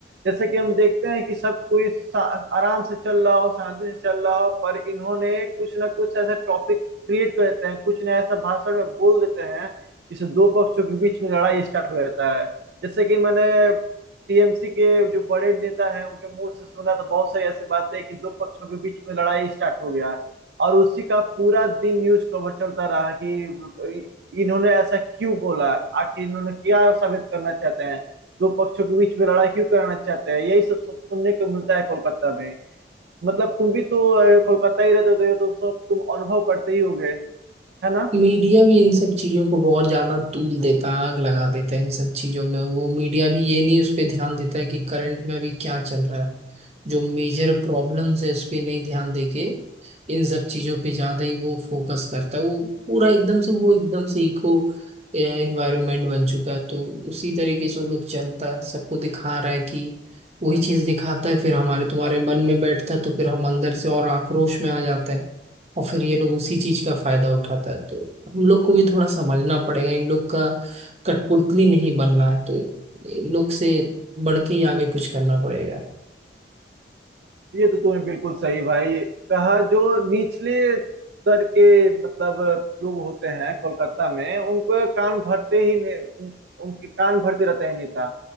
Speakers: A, on the right; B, on the right.
A: जैसे कि हम देखते हैं कि सब कोई सा- आराम से चल रहा हो शांति से चल रहा हो पर इन्होंने कुछ ना कुछ ऐसा टॉपिक क्रिएट कर देते हैं कुछ ना ऐसा भाषण में बोल देते हैं इस दो पक्षों के बीच में लड़ाई स्टार्ट हो जाता है जैसे कि मैंने टीएमसी के जो बड़े नेता हैं उनके मुंह से सुना तो बहुत सारी ऐसी बातें कि दो पक्षों के बीच में लड़ाई स्टार्ट हो गया और उसी का पूरा दिन न्यूज कवर चलता रहा कि इन्होंने ऐसा क्यों बोला आखिर इन्होंने क्या साबित करना चाहते हैं दो पक्षों के बीच में लड़ाई क्यों करना चाहते हैं यही सब सुनने को मिलता है कोलकाता में मतलब तुम भी तो अ, कोलकाता ही रहते हो तो ये तो सब तुम अनुभव करते ही होगे है ना
B: मीडिया भी इन सब चीजों को बहुत ज्यादा तूल देता है आग लगा देता है इन सब चीजों में वो मीडिया भी ये नहीं उस पर ध्यान देता है कि करंट में अभी क्या चल रहा है जो मेजर प्रॉब्लम्स है उस पर नहीं ध्यान देके इन सब चीजों पे ज्यादा ही वो फोकस करता है वो पूरा एकदम से वो एकदम से इको एनवायरनमेंट बन चुका है तो उसी तरीके से वो लोग चलता है सबको दिखा रहा है कि वही चीज दिखाता है फिर हमारे तुम्हारे मन में बैठता है तो फिर हम अंदर से और आक्रोश में आ जाता है और फिर ये लोग उसी चीज का फायदा उठाता है तो हम लोग को भी थोड़ा समझना पड़ेगा इन लोग का कठपुतली नहीं बनना है तो इन लोग से बढ़ के ही आगे कुछ करना पड़ेगा
A: ये तो तूने बिल्कुल सही भाई कहा जो निचले स्तर के मतलब लोग होते हैं कोलकाता में उनको कान भरते ही ने, उन, उनके कान भरते रहते हैं नेता